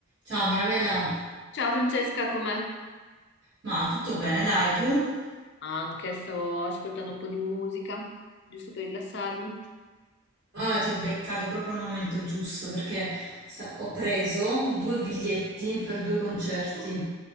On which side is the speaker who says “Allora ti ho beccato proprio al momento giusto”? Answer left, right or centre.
Right